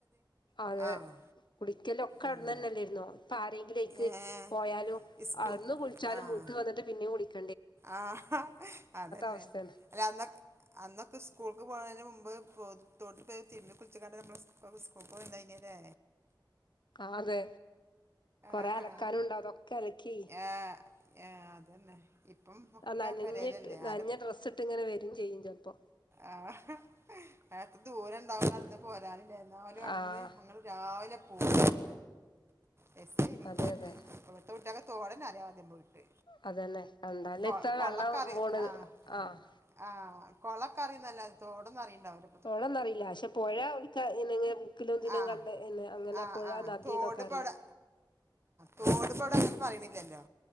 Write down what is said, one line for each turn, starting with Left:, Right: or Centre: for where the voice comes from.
Left: അതെ
Right: ആഹ്
Left: കുളിക്കലൊക്കെ അവുട്ന്നന്നെ
Right: ഉം
Left: എല്ലേരുന്നോ ഇപ്പൊ ആരെങ്കിലയിക്ക്
Right: ഏഹ്
Left: പോയാലും
Right: ഇസ്കൂ
Left: അന്ന് കുളിച്ചാലും
Right: ആഹ്
Left: വീട്ട് വന്നിട്ട് പിന്നേം കുളിക്ക
Right: ആഹ് അതന്നെ
Left: അവസ്ഥയാണ്
Right: അല്ല അന്നൊക്കെ അന്നൊക്കെ സ്കൂൾക്ക് പോണതിന് മുമ്പ് ഇപ്പൊ തോട്ട്പ്പോയി തിര്മ്പി കുളിച്ച് കാണ്ടല്ലെ ഞമ്മള് സ്കൂൾ സ്കൂൾക്ക് പോയിണ്ടായിനേലെ
Left: ക്കാതേ കൊറെ
Right: ആഹാ
Left: അലക്കാനുണ്ടാവും അതൊക്കെ അലക്കി
Right: ആഹ് ആഹ് അതന്നെ ഇപ്പം ഒക്കെ
Left: ആ നനഞ്ഞിട്ട്
Right: പെരേലല്ലേ
Left: നനഞ്ഞ
Right: ആരും
Left: ഡ്രെസ്സ്ട്ട് ഇങ്ങനെ വരും ചെയ്യും ചെലപ്പൊ
Right: ആഹ് എത്ര ദൂരം ഇണ്ടാവും നടന്ന് പോരാനില്ലേ എന്നാലും അവ്ടുന്ന്
Left: ആഹ്
Right: <unintelligible> രാവിലെ പോവും രസേനിം
Left: അതെ അതെ
Right: ഇപ്പത്തെ കുട്ട്യാക്ക് തോടെന്നെ അറിയോ ആവോ ആദ്യം പോയിട്ട്
Left: അതന്നെ കണ്ടാലിപ്പം
Right: കൊ കൊളക്കറി
Left: വള്ളം പോണ്
Right: ആഹ്
Left: ആഹ്‌
Right: ആഹ് കൊളം ഒക്കെ അറീന്നല്ലാതെ തോടൊന്നും അറീണ്ടാകൂല
Left: തോടൊന്നറീല്ല പക്ഷെ പൊഴ ഓൽക്ക് <unintelligible>
Right: ആഹ്‌
Left: കണ്ട് അങ്ങനെ
Right: ആഹ്
Left: പുഴ
Right: ആഹ്
Left: നദീന്നൊക്കെ
Right: തോട് ഇപ്പവടെ
Left: അറിയും
Right: തോട് ഇപ്പവടങ്ങനെ പറയ്ണില്ലല്ലോ